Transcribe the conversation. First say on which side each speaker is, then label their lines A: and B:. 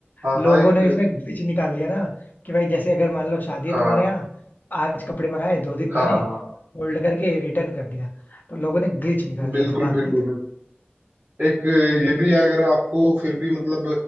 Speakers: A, on the right; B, on the left.
A: हाँ
B: लोगों
A: हाँ एक
B: ने इसमें ग्लिच निकाल दिया ना कि भाई जैसे अगर मान लो शादी है
A: हाँ
B: तुम्हारे यहाँ आज कपड़े मंगाए दो दिन
A: हाँ
B: पहने फोल्ड करके रिटर्न कर दिया तो लोगों ने ग्लिच निकाल दिया
A: बिल्कुल
B: था बात
A: बिल्कुल
B: ये थी
A: एक ये भी है, अगर आपको फिर भी मतलब